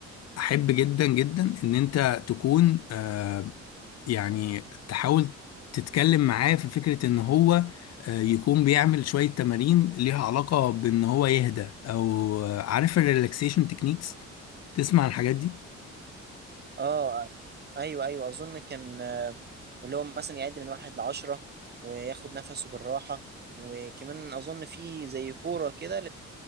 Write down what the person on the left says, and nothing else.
احب جدا جدا ان انت تكون آه، يعني تحاول تتكلم معاه في فكرة ان هو آه، يكون بيعمل شوية تمارين ليها علاقة بان هو يهدى او آه، عارف الريلاكسيشن تكنيكس تسمع عن الحاجات دي